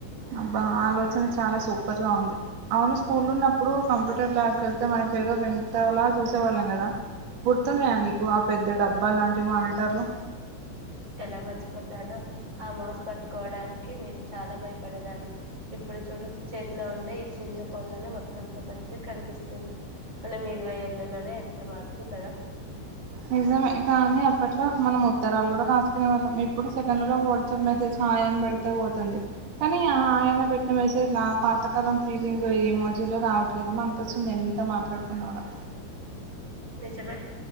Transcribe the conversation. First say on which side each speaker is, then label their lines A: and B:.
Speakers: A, on the right; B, on the right.
A: అబ్బ ఆలోచన చాలా సూపర్ గా ఉంది అవును స్కూల్లో ఉన్నప్పుడు కంప్యూటర్ ల్యాబ్కి వెళ్తే మనక ఏదో వింతల చూసేవాళ్ళం కదా గుర్తున్నాయా నీకు ఆ పెద్ద డబ్బా లాంటి మానిటర్లు
B: ఎలా మర్చిపోతానో ఆ మౌస్ పట్టుకోవడానికి నేను చాలా భయపడేదాన్ని ఇప్పుడు చూడు చేతిలో ఉన్న ఈ చిన్న ఫోన్లోనే మొత్తం ప్రపంచం కనిపిస్తుంది మనం ఇరవై ఏళ్ళలోనే ఎంత మార్పు కదా
A: నిజమే కానీ అప్పట్లో మనం ఉత్తరాలు కూడా రాసుకునే వాళ్ళం ఇప్పుడు సెకండ్లలో వాట్సాప్ మెసేజ్ హాయ్ అని పెడితే పోతుంది కానీ ఆ హాయ్ అని పెట్టిన మెసేజ్లు పాతకాలం ఫీలింగ్ ఈ మోజీలు రావట్లేదమో అనిపిస్తుంది ఎంత మాట్లాడుకున్నా కూడా
B: నిజమే